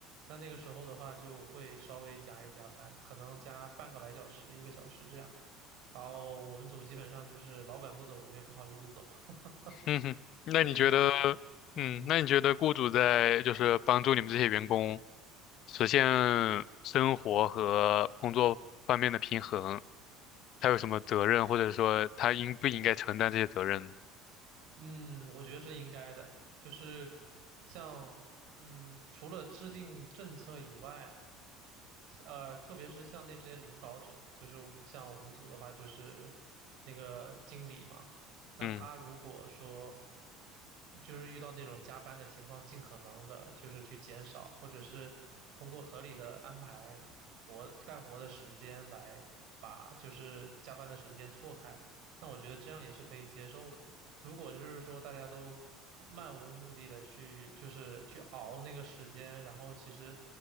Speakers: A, on the right; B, on the left.
A: 那那个时候的话，就会稍微加一加班，可能加半个来小时、一个小时这样。然后我们组基本上就是老板不走，我们也不好意思走，<laughs>
B: 嗯哼，那你觉得，
A: 所以，嗯，
B: 嗯，那你觉得雇主在就是帮助你们这些员工实现生活和工作方面的平衡，他有什么责任，或者说他应不应该承担这些责任呢？
A: 嗯，我觉得是应该的，就是像嗯，除了制定政策以外，呃，特别是像那这些领导者，就是像我们组的话，就是那个经理嘛，那他如果说
B: 嗯。
A: 就是遇到那种加班的情况，尽可能的就是去减少，或者是通过合理的安排活干活的时间来把就是加班的时间错开，那我觉得这样也是可以接受的。如果就是说大家都漫无目的的去，就是去熬那个时间，然后其实